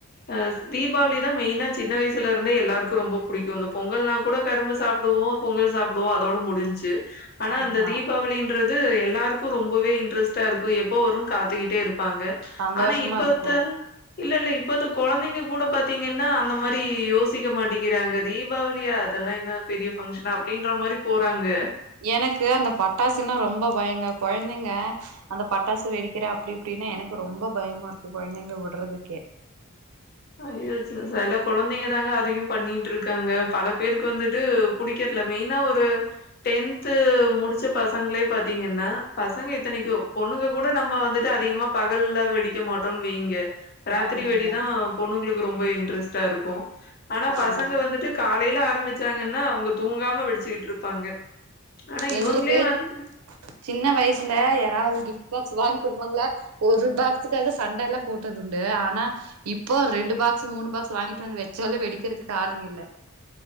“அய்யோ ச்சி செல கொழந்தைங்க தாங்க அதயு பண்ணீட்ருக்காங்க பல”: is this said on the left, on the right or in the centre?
Left